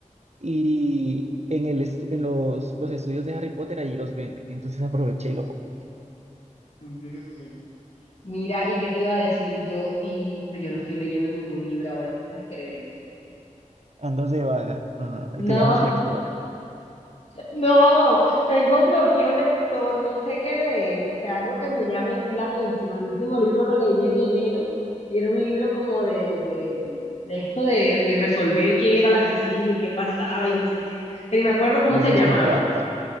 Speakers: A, on the right; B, on the left.
A: y en el estu- en los, los estudios de Harry Potter allí los venden. Entonces aproveché y lo compré.
B: Mm. Mira, ¿y qué te iba a decir yo? Y pues yo no estoy leyendo ningún libro ahora, ¿tú puedes creer eso?
A: Andas de vaga. No, no, no,
B: No.
A: y te llamas lectora.
B: No, tengo bloqueo lector, no sé qué leer, o sea, algo que me llame así la atención. El último libro lo leí en enero y era un libro como de, de, de esto de, de resolver quién era el asesino y qué pasaba y no sé qué. Que Ni me acuerdo cómo
A: A esos
B: se llamaba,
A: me encantan.